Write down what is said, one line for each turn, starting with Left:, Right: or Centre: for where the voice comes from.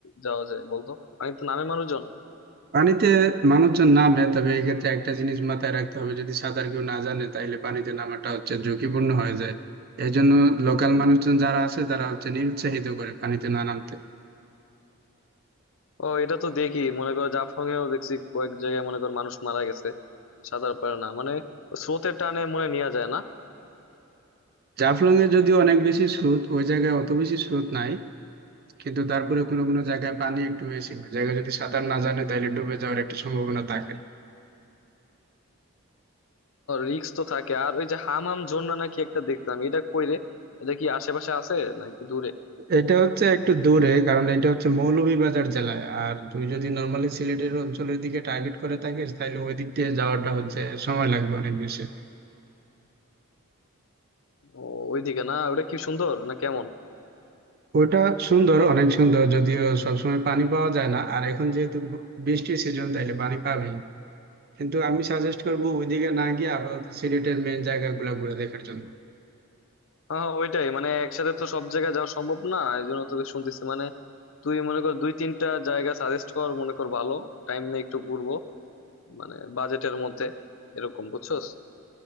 Left: যাওয়া যায় বলতো পানিতে নামে মানুষজন
Right: পানিতে মানুষজন নামে তবে এক্ষেত্রে একটা জিনিস মাথায় রাখতে হবে যদি সাঁতার কেউ না জানে তাহলে পানিতে নামাটা হচ্ছে ঝুঁকিপূর্ণ হয়ে যায় এই জন্য লোকাল মানুষজন যারা আছে তারা হচ্ছে নিরুৎসাহিত করে পানিতে না নামতে
Left: ও এটা তো দেখি মনে করো জাফলং এও দেখছি কয়েক জায়গায় মনে কর মানুষ মারা গেছে সাঁতার পারে না মানে স্রোতের টানে মনে নেওয়া যায় না
Right: জাফলং এ যদিও অনেক বেশি স্রোত ওই জায়গায় অত বেশি স্রোত নাই কিন্তু তারপরে কোনো কোনো জায়গায় পানি একটু বেশি ওই জায়গায় যদি সাঁতার না জানে তাহলে ডুবে যাওয়ার একটা সম্ভাবনা থাকে
Left: রিক্স তো থাকে আর ওই যে হামাম জন্য নাকি একটা দেখতাম এটা কই রে এটা কি আশেপাশে আছে নাকি দূরে
Right: এটা হচ্ছে একটু দূরে কারণ এটা হচ্ছে মৌলভীবাজার জেলায় আর তুই যদি নর্মালি সিলেটের অঞ্চলের দিকে টার্গেট করে থাকিস তাহলে ওই দিক দিয়ে যাওয়াটা হচ্ছে সময় লাগবে অনেক বেশি
Left: ও ওইদিকে না ওটা কি সুন্দর না কেমন
Right: ওটা সুন্দর অনেক সুন্দর যদিও সবসময় পানি পাওয়া যায় না আর এখন যেহেতু ব- বৃষ্টির সিজন তাইলে পানি পাবেই কিন্তু আমি সাজেস্ট করব ওইদিকে না গিয়ে আপাতত সিলেটের মেন জায়গাগুলো ঘুরে দেখার জন্য
Left: হ্যাঁ হ্যাঁ, ওইটাই মানে একসাথে তো সব জায়গায় যাওয়া সম্ভব না এই জন্য তোকে শুনতেছি মানে তুই মনে কর দুই তিনটা জায়গা সাজেস্ট কর মনে কর ভালো টাইম নিয়ে একটু ঘুরবো মানে বাজেটের মধ্যে এরকম বুঝছস